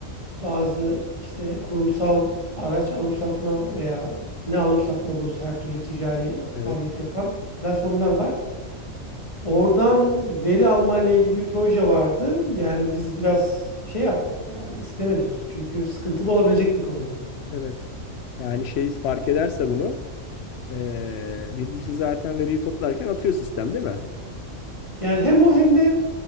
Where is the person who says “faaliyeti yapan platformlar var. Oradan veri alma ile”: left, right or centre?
Left